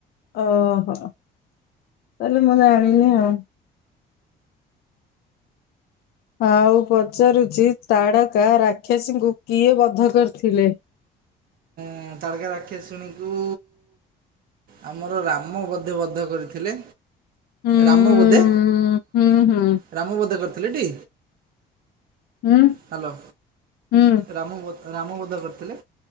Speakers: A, on the left; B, on the right.
A: ଓହୋ! ତାଲେ ମୁଁ ଜାଣିନି ଆଉ। ଆଉ ପଚାରୁଚି ତାଡ଼କା ରାକ୍ଷସୀଙ୍କୁ କିଏ ବଦ୍ଧ କରିଥିଲେ?
B: ଉଁ, ତାଡକା ରାକ୍ଷାସୁଣୀଙ୍କୁ ଆମର ରାମ ବୋଧେ ବଦ୍ଧ କରିଥିଲେ।
A: ହୁଁ
B: ରାମ ବୋଧେ,
A: ହୁଁ ହୁଁ
B: ରାମ ବୋଧେ କର କଲେଟି?
A: ହୁଁ
B: ହ୍ୟାଲୋ,
A: ହୁଁ
B: ରାମ ବ ରାମ ବଦ୍ଧ କରିଥିଲେ।